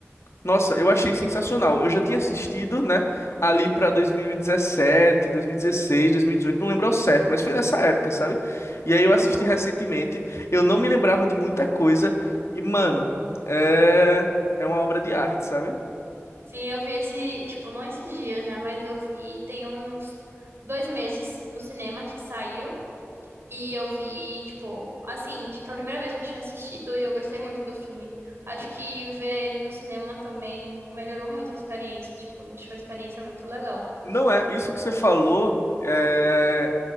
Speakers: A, on the left; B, on the right.
A: Nossa, eu achei sensacional. Eu já tinha assistido, né, ali pra 2017, 2016, 2018, não lembro ao certo, mas foi nessa época, sabe? E aí eu
B: Aham.
A: assisti recentemente, eu não me lembrava de muita coisa e, mano, é, é uma obra de arte, sabe?
B: Sim, eu vi esse, tipo, não esses dias, né? Mas eu vi tem uns dois meses no cinema que saiu. E eu vi, tipo, assim, tipo, a primeira vez que eu tinha assistido e eu gostei muito do filme. Acho que ver ele no cinema também melhorou muito a experiência, tipo, deixou a experiência muito legal.
A: Não é, isso que você falou, é,